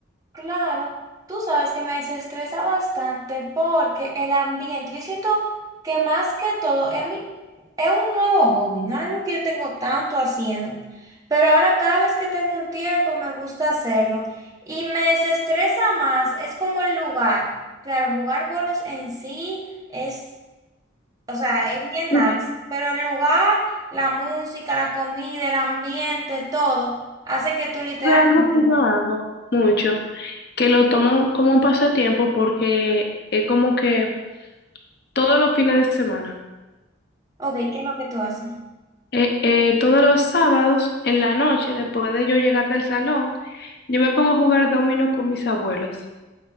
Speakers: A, on the right (about 20°); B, on the left (about 55°).
A: claro. Tú sabes que me desestresa bastante porque el ambiente, yo siento que más que todo es mi, es un nuevo hobby, no es algo que yo tengo tanto haciendo, pero ahora cada vez que tengo un tiempo me gusta hacerlo y me desestresa más, es como el lugar. Claro, jugar bolos en sí es, o sea, es bien
B: Tú
A: nice, pero el lugar, la música, la comida, el ambiente, todo, hace que tú literalmente
B: sabes algo que yo hago mucho, que lo tomo como un pasatiempo porque es como que todos los fines de semana,
A: Ok, ¿qué es lo que tú haces?
B: eh, eh, todos los sábados en la noche, después de yo llegar del salón, yo me pongo a jugar dominó con mis abuelos.